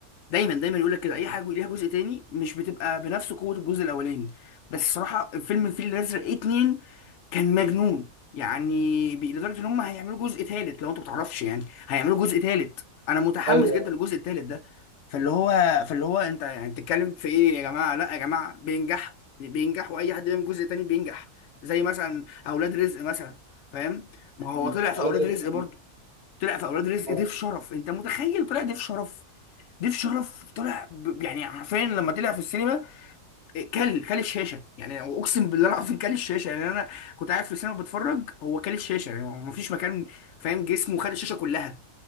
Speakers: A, on the left; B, on the right.
A: دايما دايما يقولك كده اي حاجة ليها جزء تاني مش بتبقى بنفس قوة الجزء الاولاني بس الصراحة فيلم الفيل الازرق اتنين كان مجنون يعني بي- لدرجة ان هم هيعملوا جزء تالت لو انت متعرفش يعني هيعملوا جزء تالت انا متحمس
B: ايوه
A: جدا للجزء التالت ده فاللي هو فاللي هو انت يعني بتتكلم في ايه يا جماعه لا يا جماعه بينجح بينجح واي حد بيعمل جزء تاني بينجح زي مثلا اولاد رزق مثلا فاهم ما هو
B: مم.
A: طلع في
B: اولاد
A: اولاد
B: رزق
A: رزق برضه طلع في اولاد رزق
B: آه.
A: ضيف شرف انت متخيل طلع ضيف شرف ضيف شرف طلع ب... يعني حرفيا لما طلع في السينما إيه، كل كل الشاشه يعني اقسم بالله العظيم كل الشاشه يعني انا كنت قاعد في السينما بتفرج هو كل الشاشه يعني ما فيش مكان فاهم جسمه خد الشاشه كلها